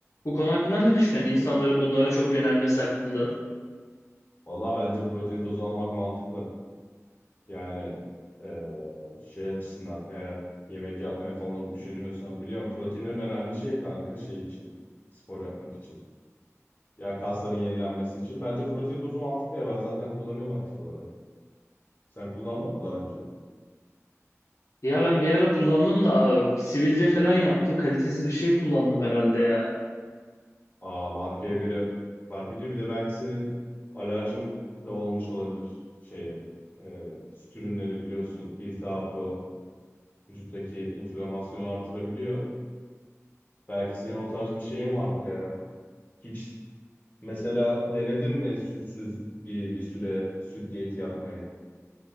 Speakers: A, on the left (about 70°); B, on the left (about 35°).
A: Bu konu hakkında ne düşünüyorsun? İnsanların bunlara çok yönelmesi hakkında.
B: Valla bence protein tozu almak mantıklı. Yani eee, şey açısından eğer yemek yapmaya falan üşeniyorsan biliyorum proteinin önemli şey kanka şey için spor yapmak için. Ya kasların yenilenmesi için. Bence protein tozu mantıklı ya ben zaten kullanıyorum aktif olarak. Sen kullandın mı daha önce?
A: Ya ben bir ara kullandım da e, sivilce falan yaptı. Kalitesiz bir şey kullandım herhalde ya.
B: Aa, markaya göre fark ediyor. Bir de belki senin alerjin de olmuş olabilir şeye. Eee süt ürünleri biliyorsun iltihabı, vücuttaki inflamasyonu artırabiliyor. Belki senin o tarz bir şeyin vardır ya. Hiç Mesela denedin mi sütsüz bir, bir süre süt diyeti yapmayı?